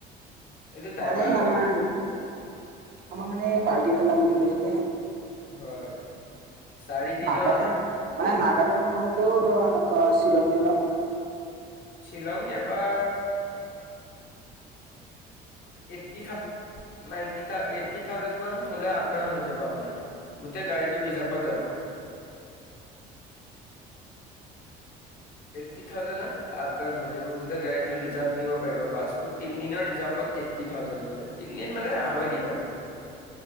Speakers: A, on the left (about 45°); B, on the right (about 45°).
A: এইটো ড্ৰাইভাৰৰ
B: মানে
A: লগত
B: আমাৰ, আমাৰ মানে পাৰ্টি এটা যাম বুলি কৈছিলে
A: হয় চাৰিদিনৰ
B: নাগালেণ্ড মানে নাগালেণ্ড নহলেও ধৰ ক শ্বিলং তিলং
A: শ্বিলং ইয়াপা এইটটি থা নাইটি থা এইটটি থাউজেণ্ড মান হলে আপডাউন হৈ যাব আপোনাৰ গোটেই গাড়ীটো ৰিজাৰ্ভত যাব এইটটি থাউজেণ্ডত আপ ডাউন হৈ যাব গোটে গাড়ীটো ৰিজাৰ্ভ নিব পাৰিব বাছটো তিনিদিনৰ ৰিজাৰ্ভত এইটটি থাউজেন্ড মানে তিনদিন মানে আঢ়ৈ দিন আৰু